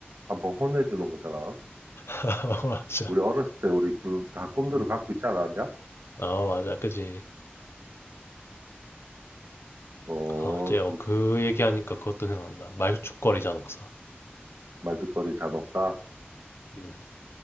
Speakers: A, on the right (about 75°); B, on the left (about 80°).
A: 한번 혼내주는 거잖아.
B: <laughs> 맞아
A: 우리 어렸을 때 우리 그 다 꿈들을
B: 음.
A: 갖고 있지 않았냐?
B: 아, 맞아. 그지.
A: 어,
B: 아, 어째, 어,
A: 그렇군.
B: 그 얘기하니까 그것도 생각난다. 말죽거리자, 녹사.
A: 말죽거리 잔혹사.
B: 음,